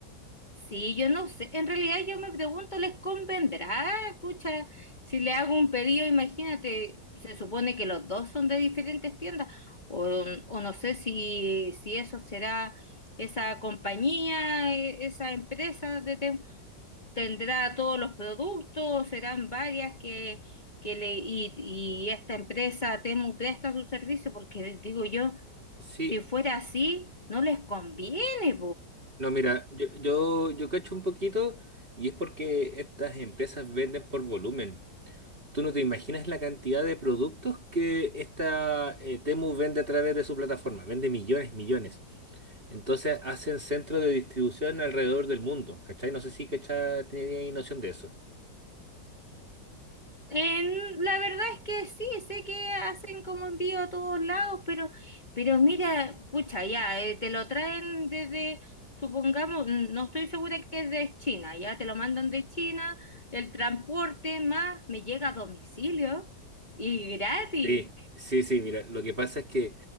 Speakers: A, on the left; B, on the right.
A: Sí, yo no sé, en realidad yo me pregunto, ¿les convendrá? Pucha, si le hago un pedido, imagínate, se supone que los dos son de diferentes tiendas, o, o no sé si, si eso será esa compañía, e- esa empresa de tem- tendrá todos los productos, o serán varias que, que le, y, y esta empresa Temu presta su servicio, porque digo yo,
B: Sí.
A: si fuera así, no les conviene,
B: No, mira, yo, yo, yo cacho un poquito y es porque estas empresas venden por volumen. Tú no te imaginas la cantidad de productos que esta eh, Temu vende a través de su plataforma. Vende millones, millones. Entonces hacen centros de distribución alrededor del mundo. ¿Cachai? No sé si cachai tenía noción de eso.
A: En- la verdad es que sí, sé que hacen como envío a todos lados, pero, pero mira, pucha, ya, eh, te lo traen desde, supongamos, mm, no estoy segura que es de China, ya te lo mandan de China, el transporte más me llega a domicilio y gratis.
B: Sí, sí, sí, mira, lo que pasa es que